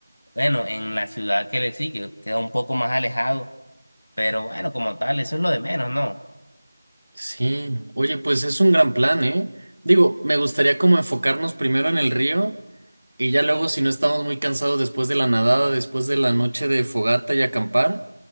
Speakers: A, on the left; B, on the right.
A: bueno, en la ciudad que le sigue, queda un poco más alejado. Pero bueno, como tal, eso es lo de menos, ¿no?
B: Sí, oye, pues es un gran plan, ¿eh? Digo, me gustaría como enfocarnos primero en el río. Y ya luego, si no estamos muy cansados después de la nadada, después de la noche de fogata y acampar,